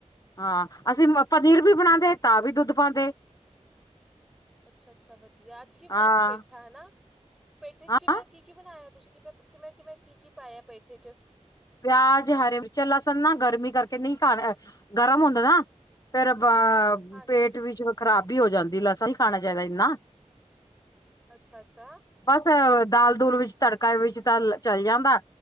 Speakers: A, on the left; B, in the centre.
A: ਹਾਂ, ਅਸੀਂ ਪਨੀਰ ਵੀ ਬਣਾਂਦੇ ਤਾਂ ਵੀ ਦੁਧ ਪਾਂਦੇ।
B: ਅੱਛਾ-ਅੱਛਾ ਵਧੀਆ, ਅੱਜ ਕੀ ਬਣਾਇਆ
A: ਹਾਂ
B: ਸੀ ਪੇਠਾ ਹਨਾ, ਪੇਠੇ'ਚ
A: ਹਾਂ
B: ਕਿਵੇਂ, ਕੀ-ਕੀ ਬਣਾਇਆ ਤੁਸੀ। ਕਿਵੇਂ, ਕਿਵੇਂ, ਕਿਵੇਂ ਕੀ-ਕੀ ਪਾਇਆ ਪੈਠੇ'ਚ।
A: ਪਿਆਜ ਹਰੇ ਵਿੱਚ ਲਸਣ ਨਾ ਗਰਮੀ ਕਰਕੇ ਨਹੀਂ ਖਾਣਾ, ਗਰਮ ਹੋਂਦਾ ਨਾ। ਫੇਰ ਆਪਾਂ
B: ਹਾਂਜੀ
A: ਪੇਟ ਵਿੱਚ ਖ਼ਰਾਬੀ ਹੋ ਜਾਂਦੀ‌ ਲਸਣ ਖਾਣਾ ਚਾਹੀਦਾ ਇੰਨਾ।
B: ਅੱਛਾ-ਅੱਛਾ।
A: ਬਸ ਦਾਲ-ਦੂਲ ਵਿੱਚ ਤੜਕਾ ਵਿੱਚ ਤਾਂ ਚਲ ਜਾਂਦਾ,